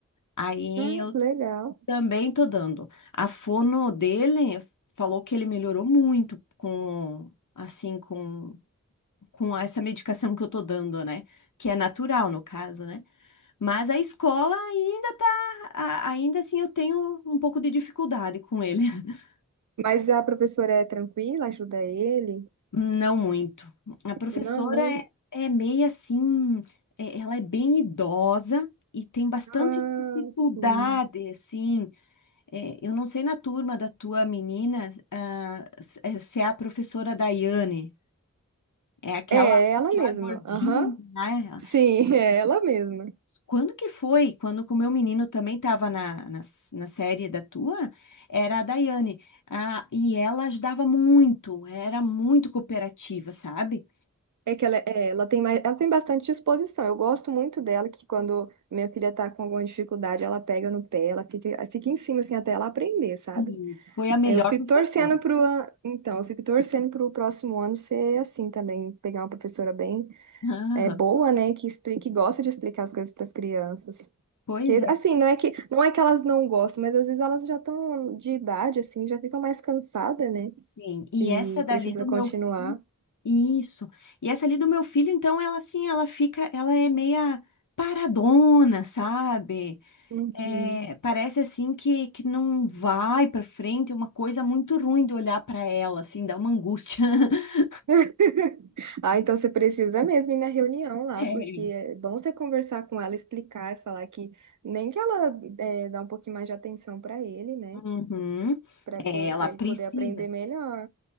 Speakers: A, on the left; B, on the right.
A: Aí
B: Ah,
A: eu
B: que legal.
A: também tô dando. A fono dele falou que ele melhorou muito com, assim, com, com essa medicação que eu tô dando, né? Que é natural, no caso, né? Mas a escola ainda tá, a- ainda assim eu tenho um pouco de dificuldade com ele. <laughs>
B: Mas a professora é tranquila, ajuda ele?
A: Não muito. A professora
B: Não, muito.
A: é, é meio assim, é- ela é bem idosa e tem bastante
B: Ah,
A: dificuldade,
B: sim.
A: assim. É, eu não sei na turma da tua menina, ah, se é se é a professora Daiane, é aquela,
B: É ela
A: aquela
B: mesma.
A: gordinha,
B: Aham.
A: né?
B: Sim, <laughs> é ela mesma.
A: Quando que foi? Quando que o meu menino também estava na, na, s- na série da tua, era a Daiane. Ah, e ela ajudava muito, era muito cooperativa, sabe?
B: É que ela, é, ela tem mais, ela tem bastante disposição. Eu gosto muito dela, que quando minha filha tá com alguma dificuldade, ela pega no pé, ela fica, ela fica em cima, assim, até ela aprender, sabe?
A: Isso. Foi a melhor
B: Aí eu fico
A: professora.
B: torcendo pro, an- então, eu fico torcendo pro próximo ano ser assim também, pegar uma professora bem,
A: Aham,
B: é, boa, né, que explique, que gosta de explicar as coisas para as crianças.
A: pois
B: Que,
A: é,
B: assim, não é que, não é que elas não gostam, mas às vezes elas já estão de idade, assim, já ficam mais cansadas, né?
A: sim. E
B: E
A: essa dali
B: precisa
A: do
B: continuar.
A: meu filho, isso. E essa ali do meu filho, então, ela assim, ela fica, ela é meia paradona, sabe?
B: Uhum.
A: É, parece assim que, que não vai pra frente, é uma coisa muito ruim de olhar pra ela, assim, dá uma angústia. <laughs>
B: <laughs> Ah, então você precisa mesmo ir na reunião lá,
A: É.
B: porque é bom você conversar com ela, explicar, falar que nem que ela é, dá um pouquinho mais de atenção para ele, né?
A: Uhum.
B: Para
A: É,
B: para
A: ela precisa.
B: ele poder aprender melhor.